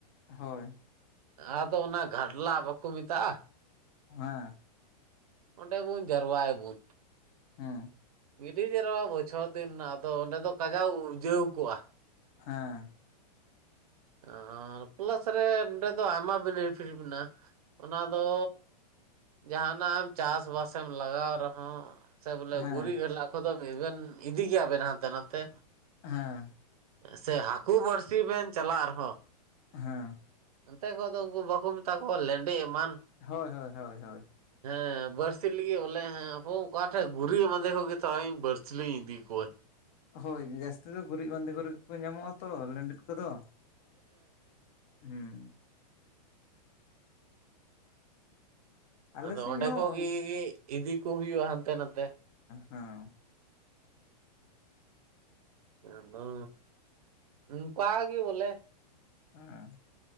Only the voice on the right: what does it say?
ᱟᱫᱚ ᱚᱱᱟ ᱜᱷᱟᱴᱞᱟᱜ ᱵᱟᱠᱚ ᱢᱮᱛᱟᱜᱼᱟ᱾
ᱚᱸᱰᱮ ᱵᱚᱱ ᱡᱟᱨᱣᱟᱭᱟᱵᱚᱱ᱾
ᱜᱤᱴᱤᱡ ᱡᱮᱨᱣᱟ ᱵᱚᱪᱷᱚᱨ ᱫᱤᱱ ᱨᱮᱱᱟᱜ ᱟᱫᱚ ᱚᱸᱰᱮ ᱫᱚ ᱠᱟᱡᱟᱣ ᱩᱨᱡᱟᱹᱣ ᱠᱚᱜᱼᱟ᱾
ᱟᱨ ᱯᱚᱞᱟᱥ ᱨᱮ ᱱᱚᱸᱰᱮ ᱫᱚ ᱟᱭᱢᱟ ᱵᱮᱤᱯᱷᱤᱴ ᱢᱮᱱᱟᱜᱼᱟ᱾ ᱚᱱᱟ ᱫᱚ ᱡᱟᱦᱟᱱᱟᱜ ᱮᱢ ᱪᱟᱥ ᱵᱟᱥᱮᱢ ᱞᱟᱜᱟᱣ ᱨᱮᱦᱚᱸ ᱥᱮ ᱵᱚᱞᱮ
ᱜᱩᱨᱤᱡ ᱜᱮᱞᱟ ᱠᱚᱫᱚ ᱢᱮ ᱵᱮᱱ ᱤᱫᱤ ᱜᱮᱭᱟ ᱵᱮᱱ ᱦᱟᱱᱛᱮ ᱱᱟᱛᱮ᱾
ᱥᱮ ᱦᱟᱠᱩ ᱵᱟᱹᱲᱥᱤ ᱵᱮᱱ ᱪᱟᱞᱟᱜ ᱨᱮᱦᱚᱸ
ᱚᱱᱛᱮ ᱠᱚ ᱟᱫᱚ ᱩᱱᱠᱩ ᱵᱟᱠᱚ ᱢᱮᱛᱟ ᱠᱚᱣᱟ ᱞᱮᱸᱰᱮᱡ ᱮᱢᱟᱱ᱾
ᱦᱮᱸ ᱵᱟᱨᱥᱤ ᱞᱟᱹᱜᱤᱫ ᱵᱚᱞᱮ ᱦᱮᱸ ᱦᱚ ᱚᱠᱟ ᱴᱷᱮᱡᱽ ᱜᱩ ᱜᱩᱨᱤᱡ ᱢᱟᱫᱮ ᱠᱷᱚᱡᱽ ᱜᱮᱛᱚ ᱟᱸᱧ ᱵᱟᱹᱲᱤ ᱞᱤᱧ ᱤᱫᱤ ᱠᱚᱣᱟ
ᱟᱫᱚ
ᱚᱸᱰᱮ
ᱠᱷᱚᱡ
ᱜᱤ ᱤᱫᱤ ᱠᱚ ᱦᱩᱭᱩᱜᱼᱟ ᱦᱟᱱᱛᱮ ᱱᱟᱛᱮ᱾
ᱟᱸᱫᱚ ᱱᱚᱝᱠᱟ ᱜᱮ ᱵᱚᱞᱮ